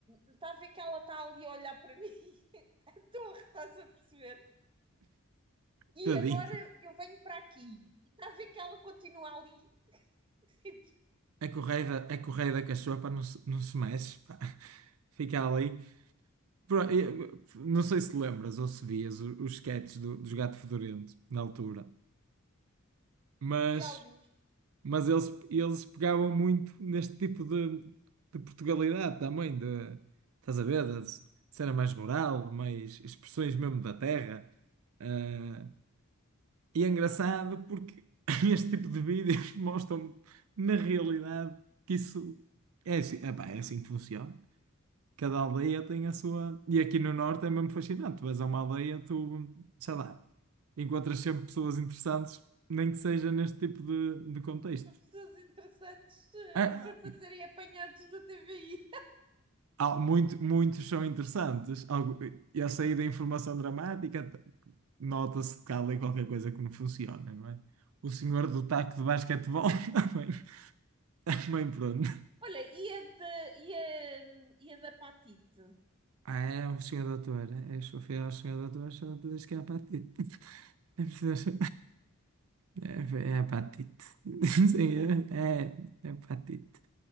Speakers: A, on the right; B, on the right.
A: está a ver que ela está ali a olhar para mim, <laughs> a torre, estás a perceber? E
B: tadinho.
A: agora eu venho para aqui, e está a ver que ela continua ali, <laughs> tipo,
B: É correia, é correia da cachorra, não se, não se mexe, pá. Fica ali. Pro- eu- Não sei se lembras ou se vias o- os sketches do- dos Gato Fedorento na altura, mas
A: diálogos
B: Mas eles, eles pegavam muito neste tipo de, de Portugalidade também, de, estás a ver, de cena mais rural, mais expressões mesmo da terra. Ah, e é engraçado porque <laughs> este tipo de vídeos <laughs> mostram na realidade que isso é assim, epá, é assim que funciona. Cada aldeia tem a sua. E aqui no norte é mesmo fascinante. Tu vais a uma aldeia, tu, sei lá, encontras sempre pessoas interessantes, nem que seja neste tipo de, de contexto.
A: a pessoas interessantes uh,
B: Ah,
A: para fazerem apanhados da TVI.
B: há muito- muitos são interessantes. Algo- E a sair da informação dramática, t- nota-se que há ali qualquer coisa que não funciona, não é? O senhor do taco de basquetebol <laughs> também, também pronto.
A: <laughs> Olha, e a, da e a, e a da Patite?
B: Ah, é um senhor doutor. É, só fiel ao senhor doutor, só te diz que é apatite. <laughs> É preciso- é, é apatite. <laughs> Sim, é, é é apatite.